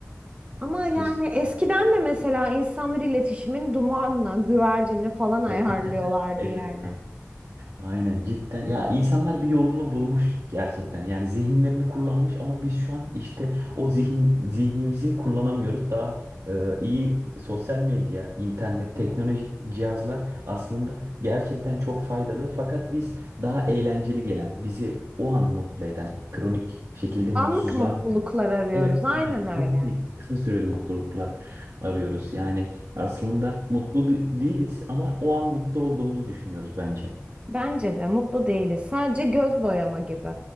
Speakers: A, on the right; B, on the right.
A: Ama yani
B: Kesinlikle.
A: eskiden de mesela insanlar iletişimin dumanla, güvercinle falan ayarlıyorlardı
B: <laughs> Evet.
A: yani.
B: Aynen cidden ya insanlar bir yolunu bulmuş gerçekten yani zihinlerini kullanmış ama biz şu an işte o zihin zihnimizi kullanamıyoruz daha e, iyi sosyal medya internet teknolojik cihazlar aslında gerçekten çok faydalı fakat biz daha eğlenceli gelen bizi o an mutlu eden kronik şekilde mutsuzluğa
A: Anlık mutluluklar
B: giden
A: arıyoruz.
B: Evet,
A: Aynen
B: aynen. Kesinlikle
A: öyle.
B: kısa süreli mutluluklar arıyoruz. Yani aslında mutlu de- değiliz ama o an mutlu olduğumuzu düşünüyoruz bence.
A: Bence de mutlu değiliz. Sadece göz boyama gibi.